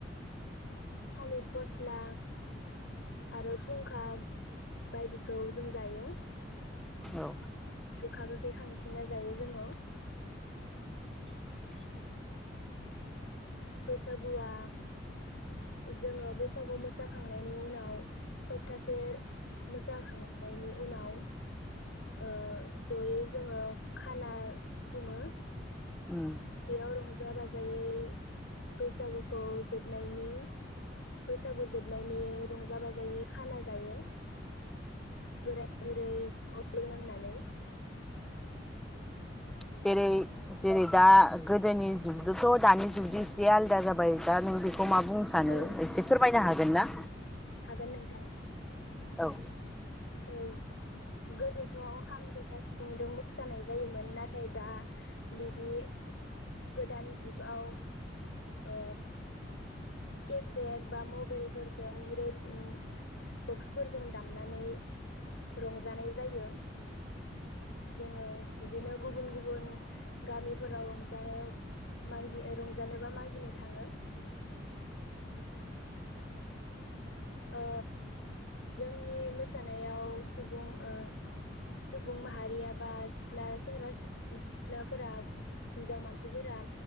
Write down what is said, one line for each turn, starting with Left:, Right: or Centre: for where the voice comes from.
Left: थालिर फस्ला आरो फुंखा बायदिखौ जों जायो
Centre: औ
Left: गोखा गोखै खांथिंना जायो जोङो
Centre: <inaudible>
Left: बैसागुआ जोङो बैसागु मोसाखांनायनि उनाव सप्तासे मोसाखांनायनि उनाव ओ जयै जोङो खाना खुङो
Centre: ओम
Left: बेयाव रंजा बाजायै बैसागुखौ जोबनायनि बैसागु जोबनायनि रंजा बाजायै खाना जायो बोराय बुरै ज' लोगो नांनानै
Centre: जेरै जेरै दा गोदोनि जुगजोथ' दानि जुगजों एसे आलादा जाबाय दा नों बे खौ मा बुंनो सानो
Left: औ
Centre: एसे फोरमायनो हागोन ना
Left: हागोन नोंथां
Centre: औ औ
Left: थोज गोदोथ' खाम जथा सिफुंदों मोसानाय जायोमोन नाथाय दा बिदि गोदान जुगाव ओ केसेक बा मबेलफोरजों रेड ओम बक्सफोरजों दामनानै रंजानाय जायो जोङो बिदिनो गुबुन गुबुन गामिफोराव रंजा मागि रंजानो बा मागिनो थाङो ओ जोंनि मोसानायाव सुबुं ओ सुबुं माहारिया बा सिख्ला सेंग्रा सि सिख्लाफोरा हिन्जाव मानसिफोरा